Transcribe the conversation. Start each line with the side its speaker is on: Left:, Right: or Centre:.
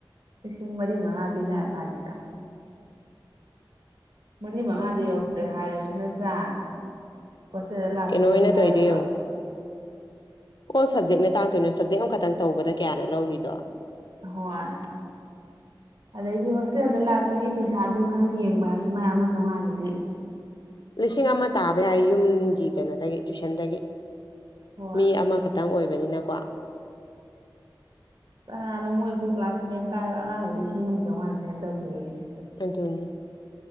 Right: ꯂꯤꯁꯤꯡ ꯃꯔꯤ ꯃꯉꯥ ꯄꯤꯅꯔ ꯀꯥꯟꯁꯤꯗ ꯃꯔꯤ ꯃꯉꯥꯗꯨ
Left: ꯎꯝ
Right: ꯌꯧꯗ꯭ꯔꯦ ꯍꯥꯏꯔꯁꯨ ꯅꯠꯇ꯭ꯔꯥ ꯍꯣꯜꯁꯇꯦꯜꯗ ꯂꯥꯛꯄꯒꯤ
Left: ꯀꯩꯅꯣ ꯑꯣꯏꯅ
Right: ꯍꯥꯏꯔꯣꯕ
Left: ꯇꯧꯔꯤꯗꯣ ꯌꯦꯡꯉꯣ ꯑꯣꯜ ꯁꯞꯖꯦꯛꯅꯦ ꯇꯥꯛꯇꯣꯏꯅꯣ ꯁꯞꯖꯦꯛ ꯑꯃꯈꯛꯇꯪ ꯇꯧꯕꯗ ꯀꯌꯥꯅꯣ ꯂꯧꯔꯤꯗꯣ
Right: ꯍꯣꯏ ꯑꯗꯩꯗꯤ ꯍꯣꯁꯇꯦꯜꯗ ꯂꯥꯛꯄꯒꯤ ꯄꯩꯁꯥꯗꯨ ꯈꯔ ꯌꯦꯡꯕ ꯍꯥꯏꯔꯁꯨ ꯃꯥꯏ ꯑꯃ ꯆꯧꯉꯥꯗꯨꯗꯤ <inaudible>
Left: ꯂꯤꯁꯤꯡ ꯑꯃ ꯇꯥꯕ ꯌꯥꯏ ꯌꯨꯝꯒꯤ ꯀꯩꯅꯣꯗꯒꯤ ꯇꯨꯏꯁꯟꯗꯒꯤ
Right: ꯍꯣꯏ
Left: ꯃꯤ ꯑꯃꯈꯛ ꯈꯤꯇꯪ ꯑꯣꯏꯕꯅꯤꯅꯀꯣ
Right: ꯀꯅꯥꯅꯣ ꯃꯣꯏꯁꯨ ꯀ꯭ꯂꯥꯁ ꯁꯦꯚꯦꯟ ꯀꯥꯏꯔꯕ ꯑꯉꯥꯡꯕꯨ ꯂꯤꯁꯤꯡ ꯑꯃ ꯆꯥꯝꯉꯥꯥꯁꯦꯅ ꯇꯧꯒꯦ ꯍꯥꯏ
Left: ꯑꯗꯨꯅꯦ